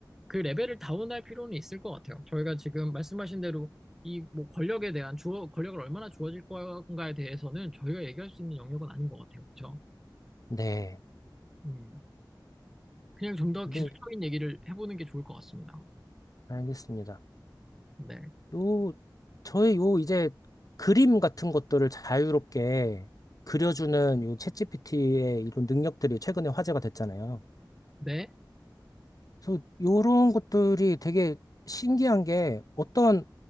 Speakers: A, in the centre; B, on the left (about 50°).
A: 그 레벨을 다운할 필요는 있을 것 같아요. 저희가 지금 말씀하신 대로 이 뭐 권력에 대한 주어, 권력을 얼마나 주어질 건가에 대해서는 저희가 얘기할 수 있는 영역은 아닌 것 같아요. 그렇죠?
B: 네.
A: 음, 그냥 좀 더
B: 네,
A: 기술적인 얘기를 해보는 게 좋을 것 같습니다.
B: 알겠습니다.
A: 네.
B: 요, 저의 요 이제 그림 같은 것들을 자유롭게 그려주는 요 챗GPT의 이런 능력들이 최근에 화제가 됐잖아요.
A: 네.
B: 그래서 요런 것들이 되게 신기한 게 어떤